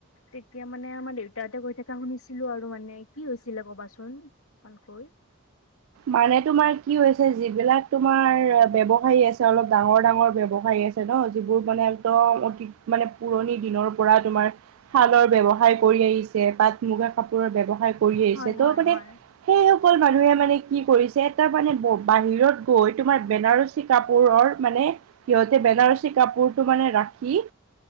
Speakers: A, on the left (about 75°); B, on the right (about 70°).
A: তেতিয়া মানে আমাৰ দেউতাহঁতে কৈ থকা শুনিছিলো আৰু মানে কি হৈছিলে ক'বাচোন। <inaudible>
B: মানে তোমাৰ কি হৈছে তোমাৰ ব্যৱসায়ী আছে অলপ ডাঙৰ ডাঙৰ ব্যৱসায়ী আ ছে ন যিবোৰ মানে ধৰা অতি মানে পুৰণি দিনৰ পৰা তোমাৰ শালৰ ব্যৱসায় কৰি আহিছে, তাত মুগা কাপোৰৰ ব্যয়ৱসায় কৰি আহিছে,
A: হয়
B: ত'
A: হয়
B: মানে
A: হয়
B: সেইসকল মানুহে মানে কি কৰিছে এটা মানে বাহিৰত গৈ তোমাৰ বেনাৰসী কাপোৰৰ মানে সিহঁতে বেনাৰসী কাপোৰটো মানে ৰাখি